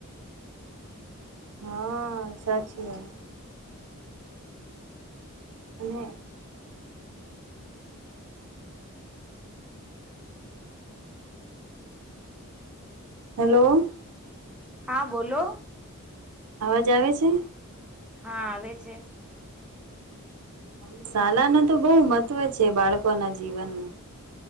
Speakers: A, on the right; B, in the centre.
A: હા સાચી વાત. અને હેલો.
B: હા બોલો.
A: અવાજ આવે છે?
B: હા આવે છે.
A: હ શાળા ન તો બહુ મહત્વ છે બાળકો ના જીવનનું.